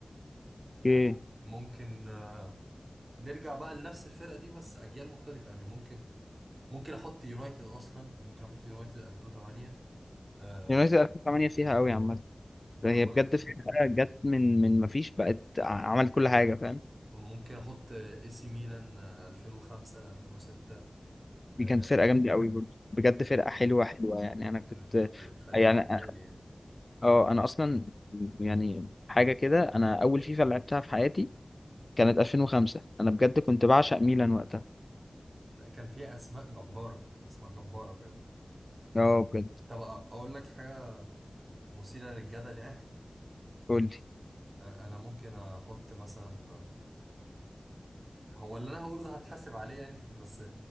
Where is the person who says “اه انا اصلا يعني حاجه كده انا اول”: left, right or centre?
Left